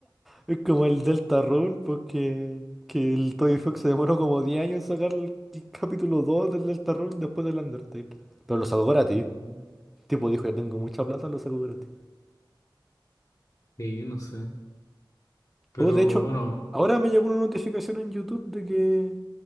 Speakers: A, in the centre; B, on the left.
A: Es como el Deltarune, porque que el Toby Fox se demoró como 10 años en sacar el, el capítulo 2 del Deltarune después del Undertale. Pero lo sacó gratis.
B: Mm.
A: El tipo dijo, ya tengo mucha plata, lo sacó gratis.
B: Sí, no sé. Pero
A: Oh, de hecho,
B: bueno,
A: ahora me llegó una notificación en YouTube de que